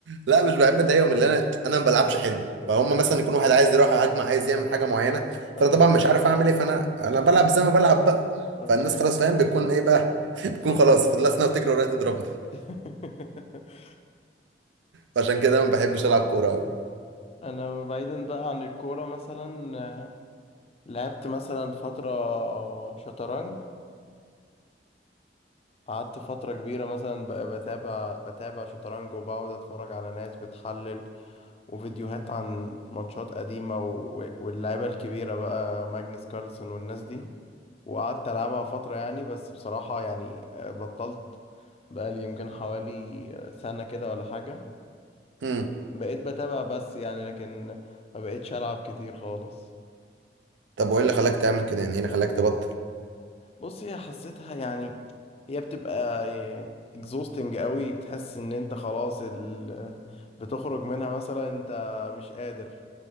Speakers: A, on the right; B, on the left.
A: لا مش بحب اضايقهم اللي انا انا ما بلعبش حلو فهم
B: أيوة.
A: مثلا يكون واحد عايز يروح هجمه عايز يعمل حاجه معينه
B: اه
A: فانا طبعا مش عارف اعمل ايه فانا انا بلعب زي ما بلعب بقى
B: اوكي
A: فالناس خلاص فاهم بتكون ايه بقى <laughs> بتكون
B: <laughs>
A: خلاص فاضلها سنه وتجري ورايا تضربني
B: <laughs>
A: فعشان كده انا ما بحبش العب كوره قوي
B: انا بعيدا بقى عن الكوره مثلا آه، لعبت مثلا فتره آه، شطرنج قعدت فتره كبيره مثلا بقى بتابع بتابع شطرنج وبقعد اتفرج على ناس بتحلل وفيديوهات عن ماتشات قديمه و- واللعيبه الكبيره بقى ماجنس كارلسن والناس دي وقعدت العبها فتره يعني بس بصراحه يعني آه، بطلت بقى لي يمكن حوالي آه، سنه كده ولا حاجه
A: امم
B: بقيت بتابع بس يعني لكن ما بقيتش ألعب كتير خالص
A: طب وايه اللي خلاك تعمل كده يعني ايه اللي خلاك تبطل
B: بص هي حسيتها يعني هي بتبقى exhausting قوي بتحس ان انت خلاص ال... بتخرج منها مثلا انت مش قادر